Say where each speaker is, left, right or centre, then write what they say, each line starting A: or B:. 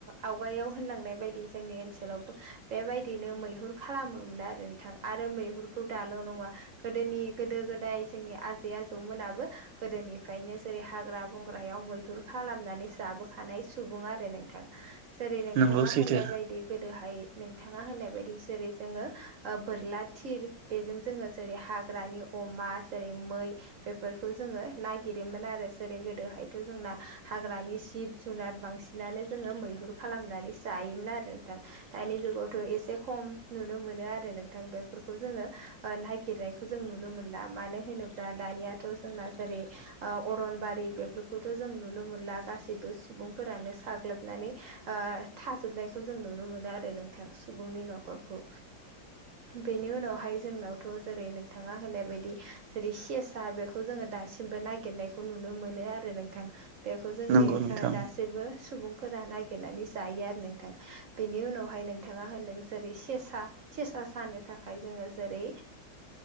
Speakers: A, on the right; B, on the right.
A: आवगायाव होनलांनाय बायदि जोंनि ओनसोलावबो बेबायदिनो मैहुर। खालामोमोन आरो नोंथां आरो मैहुरखौ दाल' नङा गोदोनि गोदो गोदाय जोंनि आ। ज आ जौमोनाबो गोदोनिफ्रायनो जेरै हाग्रा। बंग्रायाव मैहुर खालामनानै जाबोखानाय सुबुं आरो नोंथां। जेरै नोंथाङा
B: नंगौ सैथो
A: होननाय बायदि गोदोहाय। नोंथाङा होननाय बायदि जेरै जोङो बोरला थिर बेजों जोङो जेरै हाग्रानि। अमा जेरै मै बेफोरखौ जोङो नागिरोमोन आरो जेरै गोद हायथ' जोंना हाग्रानि सिब जुनार बांसिनानो जोङो मैहुर खालामनानै। जायोमोन आरो नोंथां। दानि जुगावथ' एसे खम नुनो मोनो आरो नोंथां बेफोरखौ जोङो। नागिरनायखौ जों नुनो मोनला मानो होनोब्ला दानियाथ' जोंना जेरै। आ अरनबारि बे बेखौथ' जों नुनो मोनला गासैबो सुबुंफोरानो साग्लोबनानै। थाजोबनायखौ जों नुनो मोनो आरो नोंथां सुबुंनि न'खरखौ। बेनि उनावहाय जोंनावथ' जेरै नोंथाङा होनाय बायदि। जेरै सेसा बेखौ जोङो दासिमबो नागिरनायखौ नुनो मोनो आरो। नोंथां बेखौ जोंनि
B: नंगौ नोंथां
A: दासिम। जेबो सुबुंफोरा नागिरनानै जायो आरो नोंथाङा बेनि उनावहाय नोंथाङा होनदों जेरै सेसा। सेसा सानो थाखाय जोङो जेरै